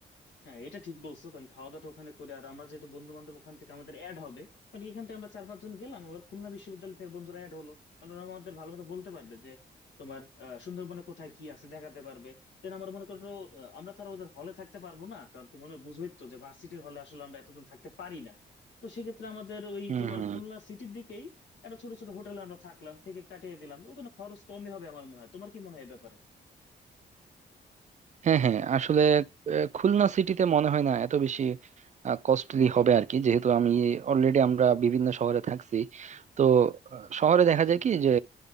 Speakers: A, on the left; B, on the right.
A: হ্যাঁ এটা ঠিক বলছো কারণ খাওয়া দাওয়াটা ওখানে করে আর আমরা যেহেতু বন্ধু বান্ধব ওখান থেকে আমাদের অ্যাড হবে কারণ এখান থেকে আমরা চার পাঁচ জন গেলাম আবার খুলনা বিশ্ববিদ্যালয় থেকে বন্ধুরা অ্যাড হলো কারণ ওরা আমাদের ভালো মতো বলতে পারবে যে তোমার আহ, সুন্দরবনে কোথায় কি আছে দেখাতে পারবে দেন আমার মনে করো আহ, আমরা তো আর ওদের হলে থাকতে পারবো না কারণ কি মনে বুঝোই তো যে ভার্সিটির হলে আসলে আমরা এতজন থাকতে পারি না তো সেক্ষেত্রে আমাদের ওই
B: হুম
A: তোমার
B: হুম
A: খুলনা সিটির দিকেই একটা ছোট ছোট হোটেলে আমরা থাকলাম থেকে কাটিয়ে দিলাম ওখানে খরচ কমই হবে আমার মনে হয় তোমার কি মনে হয় এ ব্যাপারে
B: হ্যাঁ হ্যাঁ আসলে আহ, খুলনা সিটিতে মনে হয় না এত বেশি কস্টলি হবে আর কি যেহেতু আমি অলরেডি আমরা বিভিন্ন শহরে থাকছি তো আহ, শহরে দেখা যায় কি যে